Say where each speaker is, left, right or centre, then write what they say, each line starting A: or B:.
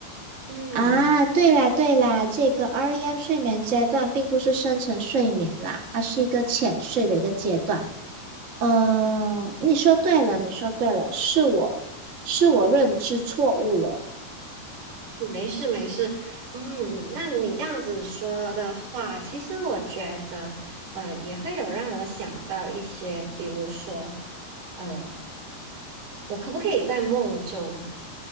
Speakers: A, on the right; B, on the right.
A: 嗯，
B: 啊，对啦对啦，这个 REM 睡眠阶段并不是深层睡眠啦，它是一个浅睡的一个阶段。嗯，你说对了，你说对了，是我是我认知错误了，
A: 没事没事，嗯，那你这样子说的话，其实我觉得，呃，也会有让我想到一些，比如说，呃，我可不可以在梦中